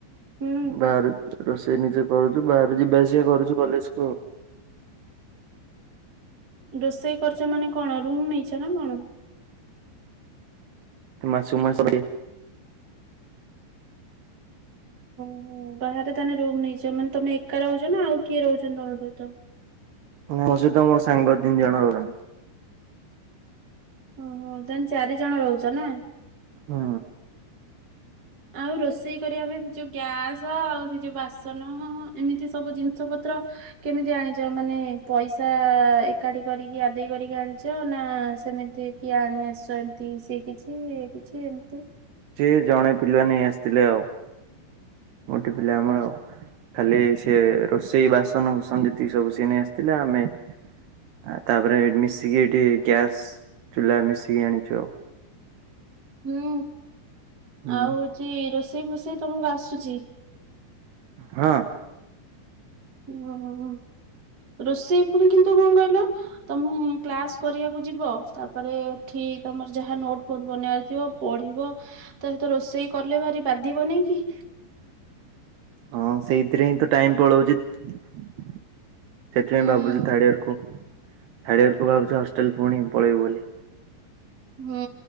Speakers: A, on the right (about 25°); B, on the right (about 70°).
A: ହୁଁ
B: ବାହ ରୋଷେଇ ସେ ନିଜେ କରୁଛୁ ବାହାରୁ ଯିବା ଆସିବା କରୁଛୁ କଲେଜକୁୁ ଆଉ।
A: ରୋଷେଇ କରୁଛ ମାନେ କଣ ରୁମ୍ ନେଇଛ ନା କଣ?
B: ମାସୁ କୁ ମାସ
A: ଓହୋ ବାହାରେ ତାହେ ରୁମ୍ ନେଇଛ ମାନେ ତମେ ଏକା ରହୁଛ ନା ଆଉ କିଏ ରହୁଛନ୍ତି ତମ ସହିତ?
B: ମୋ ସହିତ ମୋ ସାଙ୍ଗ ତିନି ଜଣ ରଗଣି
A: ଓହୋ ତା ଚାରି ଜଣ ରହୁଛ ନା?
B: ହଁ।
A: ଆଉ ରୋଷେଇ କରିବା ପାଇଁ ସେ ଯୋଉ ଗ୍ୟାସ ଆଉ ସେ ଯୋଉ ବାସନ ଏମିତି ସବୁ ଜିନିଷ ପତ୍ର କେମିତି ଆଣିଛ ମାନେ ପଇସା ଏକାଠି କରିକି ଆଦେଇ କରିକି ଆଣିଛ ନା ସେମିତି କିଏ ଆଣି ଆସିଛ ଏମତି ସିଏ କିଛି କିଛି ଏମିତି
B: ଜିଏ ଜଣେ ପିଲା ନେଇ ଆସିଥିଲେ ଆଉ। ଗୋଠି ପିଲା ଆମର
A: ଓ,
B: ଆଉ ଖାଲି ସିଏ ରୋଷେଇ ବାସନ କୁସନ ଯେତିକି ସବୁ ସିଏ ନେଇ ଆସିଥିଲେ ଆମେ ଆ ତାପରେ ମିଶିକି ଏଠି ଗ୍ୟାସ୍ ଚୁଲା ମିଶିକି ଆଣିଛୁ ଆଉ।
A: ହୁଁ
B: ହୁଁ
A: ଆଉ ହଉଛି ରୋଷେଇ ଫୋଷେଇ ତମକୁ ଆସୁଛି?
B: ହଁ।
A: ଓ ରୋଷେଇ ପୁଣି କିନ୍ତୁ କଣ କହିଲ? ତମେ କ୍ଲାସ କରିବାକୁ ଯିବ ତାପରେ ଏଠି ତମର ଯାହା ନୋଟ ଫୋଟ ବନବାରଥିବ ପଢିବ ତାତ ରୋଷେଇ କଲେ ଭାରି ବାଧିବ ନାଇଁ କି?
B: ହଁ ସେଇଥିରେ ହିଁ ତ ଟାଇମ ପଳାଉଛି ସେଥିପାଇଁ
A: ହୁଁ
B: ଭାବୁଛି ଥାର୍ଡିୟର କୁ ଥିର୍ଡିୟର୍ ଭାବୁଛ ହଷ୍ଟେଲ ପୁଣି ପଳେଇବୁ ବୋଲି।
A: ହୁଁ